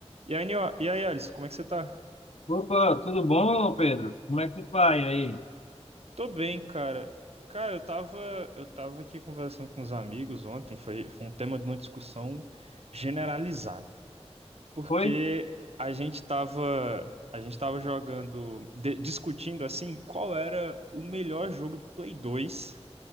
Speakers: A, on the right; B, on the left.
A: E aí, Nio- e aí, Alisson, como é que você tá?
B: Opa, tudo bom, Pedro? Como é que vai aí?
A: Tô bem, cara. Cara, eu tava, eu tava aqui conversando com os amigos ontem, foi, foi um tema de uma discussão generalizada, porque
B: Foi?
A: a gente tava, a gente tava jogando, de- discutindo, assim, qual era o melhor jogo de Play 2